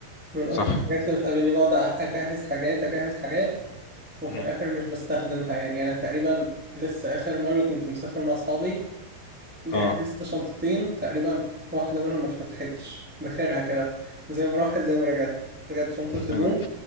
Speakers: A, in the centre; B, on the left.
A: من أكتر
B: صح
A: الحاجات اللي بتقابلني بقعد أجهز حاجات أجهز حاجات وفي
B: مم.
A: الآخر مش بستخدمها يعني أنا تقريبا لسه آخر مرة كنت مسافر مع أصحابي جهزت
B: اه
A: شنطتين تقريبا واحدة منهم ما اتفتحتش بخيرها كده زي ما راحت زي ما رجعت بجد شنطة
B: <laughs>
A: هدوم